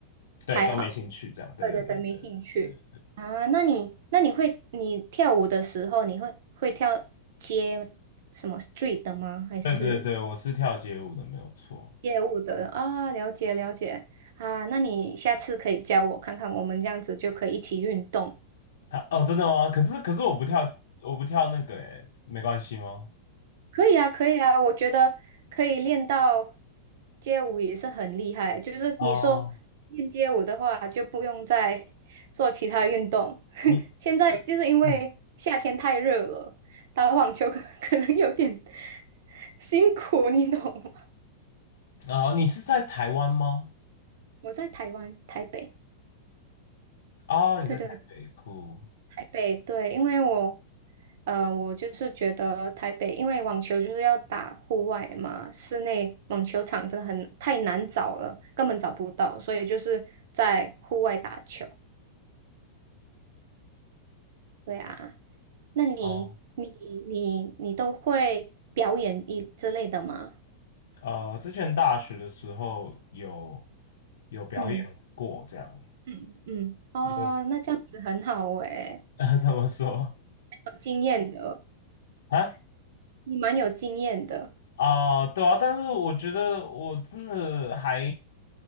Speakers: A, on the left; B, on the right.
A: 对，
B: 还好。
A: 都没兴趣这样，对对
B: 对对对，没兴趣啊。
A: 对对
B: 那你那你会你跳舞的时候，你会会跳街什么 street 的吗？还是
A: 对对对对，我是跳街舞的，没有错。
B: 街舞的啊？了解了解啊。那你下次可以教我看看，我们这样子就可以一起运动。
A: 啊，哦，真的吗？可是可是我不跳，我不跳那个，诶，没关系吗？
B: 可以啊，可以啊，我觉得可以练到街舞也是很厉害。就是你说练街舞的话，
A: 哦，
B: 就不用再做其他运动。<laughs>
A: 你是嗯，
B: 现在就是因为夏天太热了，打网球可 <laughs> 可能有点 <laughs> 辛苦，你懂吗？
A: 哦，你是在台湾吗？
B: 我在台湾台北，
A: 哦，你在台北，
B: 对对
A: 酷。
B: 台北对，因为我，呃，我就是觉得台北，因为网球就是要打户外嘛，室内网球场真的很太难找了，根本找不到，所以就是在户外打球。对啊，那你你你你都会表演一之类的吗？
A: 哦呃，之前大学的时候有有表演过，
B: 嗯
A: 这样
B: 嗯嗯，哦，
A: 有
B: 那这样子很好诶，
A: <laughs> 怎么说
B: 有经验的，
A: 啊？
B: 你蛮有经验的。
A: 啊、对啊，但是我觉得我真的还